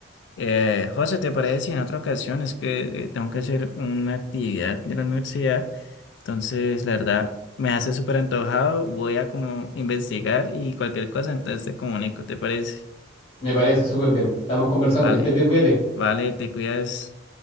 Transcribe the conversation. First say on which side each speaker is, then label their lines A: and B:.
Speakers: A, on the left (about 65°); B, on the left (about 30°).
A: eh, José, ¿te parece si en otra ocasión es que eh, tengo que hacer una actividad de la universidad? Entonces, la verdad, me hace súper antojado. Voy a como investigar y cualquier cosa, entonces te comunico, ¿te parece?
B: Me parece súper bien. Estamos conversando,
A: Vale,
B: que estés bien, cuídate.
A: vale, te cuidas.